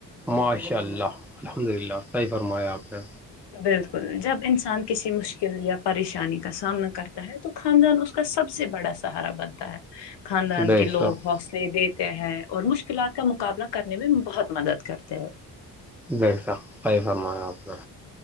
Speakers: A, in the centre; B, on the left.
A: ماشاء اللہ الحمد للہ صحیح فرمایا آپ نے
B: بالکل جب انسان کسی مشکل یا پریشانی کا سامنا کرتا ہے تو خاندان اس کا سب سے بڑا سہارا بنتا ہے خاندان
A: بے
B: کے لوگ
A: شک
B: حوصلے دیتے ہیں اور مشکلات کا مقابلہ کرنے میں بہت مدد کرتے ہیں
A: جیسا خیفمایا آپنا